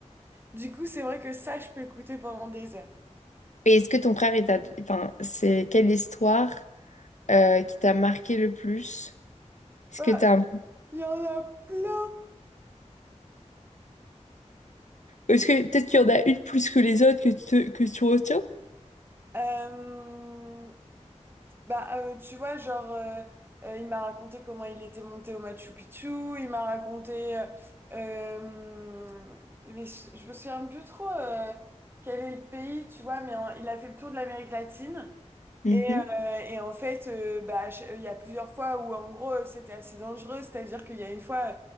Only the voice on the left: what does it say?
Et est-ce que ton frère, il t'a... Enfin, c'est quelle histoire euh, qui t'a marqué le plus? Est-ce
que t'as... un-
Est-ce que peut-être qu'il y en a une plus que les autres que tu, te- que tu retiens?
Mhm.